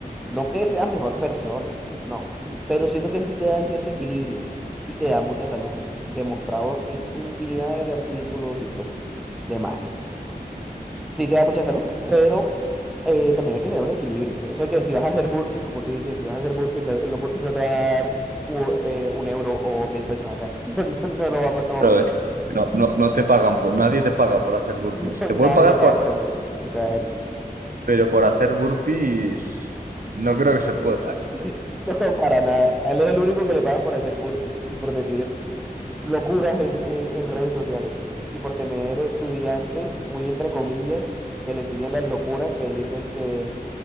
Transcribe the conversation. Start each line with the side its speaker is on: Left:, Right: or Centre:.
Centre: no que seas mejor persona, no, pero siento que sí te da cierto equilibrio y te da mucha salud, demostrado en infinidades de artículos y pues demás sí te da mucha salud, pero eh, también hay que tener un equilibrio. Eso de que si vas a hacer burpees, como tú dices, si vas a hacer burpees, la- los burpees no te van a dar u- eh, un euro o mil pesos acá. <laughs> No, no, no lo va, a pa- no va
Right: Pero
Centre: a pasar.
Right: es
Centre: <laughs>
Right: que no, no, no te pagan, por, nadie te paga por hacer burpees.
Centre: No,
Right: Te
Centre: nadie
Right: pueden pagar
Centre: paga
Right: por...
Centre: por hacer por que te haga ejercicio.
Right: Pero por hacer burpees no creo que se pueda.
Centre: <laughs> No, para nada. A él es el único que le pagan por hacer burpees y por decir locuras en, en, en redes sociales y por tener estudiantes, muy entre comillas, que le siguen las locuras que dicen que